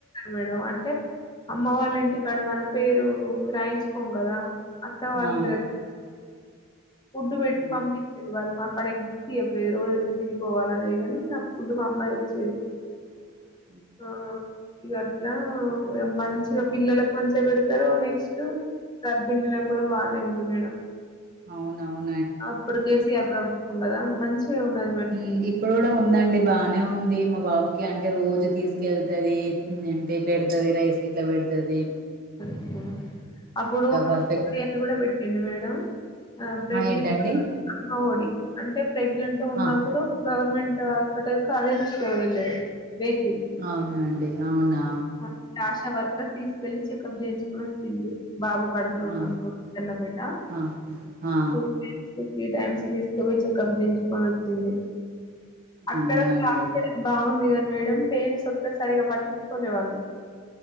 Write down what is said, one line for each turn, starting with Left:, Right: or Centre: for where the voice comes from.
Left: మేడం అంటే అమ్మ వాళ్ళ ఇంటికాడ మన పేరు రాయించుకోం గదా అత్తవాళ్
Right: ఆ
Left: ఇంటి దగ్గర ఫుడ్ పెట్టి
Right: ఆ
Left: పంపించ్చేది వాళ్లు మాక్కడ ఎగ్స్ ఇయ్యపోయేది రోజు వచ్చి తినిపోవాలి అనేది గనీ నాకు ఫుడ్ మా అమ్మ దెచ్ చ్చేది
Right: <inaudible>
Left: ఆ ఇగ అట్లా మంచిగ పిల్లలకు మంచిగ పెడతరు నెక్స్ట్ గర్భిణీలగ్గుడా బానే ఉంది మేడం
Right: అవునవున్
Left: అప్పుడు కేసీఆర్ ప్రభుత్వం కదా మంచిగా ఉండే
Right: ఉ ఇప్పుడు కూడ ఉందండి బానే ఉంది మా బాబుకి అంటే రోజు తీసుకెళ్తుది అంటే పెడతుది రైస్ ఎట్ల వెడతది
Left: <unintelligible> అప్పుడు
Right: పర్ఫెక్ట్
Left: కూడా పెట్టడి మేడం ప్రెగ్నెంట్
Right: ఆ ఏంటండి
Left: <unintelligible> అమ్మ ఒడి అంటే ప్రెగ్నెంట్ తో ఉన్నప్పుడు
Right: ఆ
Left: గవర్నమెంట్ హాస్పిటల్ అదే తీసుక పోయిళ్ళు వెహికల్
Right: అవునా అండి అవునా
Left: మాకు ఆశ వర్కర్ తీసుకెళ్ళి చెకప్ చేయించుకొని వచ్చే <unintelligible> బాబు కడుపులో ఉన్నప్పుడు
Right: ఆ
Left: ఎన్నపేట
Right: ఆ ఆ
Left: చూ త్రీ టైమ్స్ తీసుకుపోయి చెకప్ జెయించుకొని అచ్చింది అక్కడ
Right: అవునా అండి
Left: హాస్పటల్ బాగుంది గని మేడం ప్ <unintelligible> ఒత్తే సరిగ పట్టించుకోలే వాళ్ళు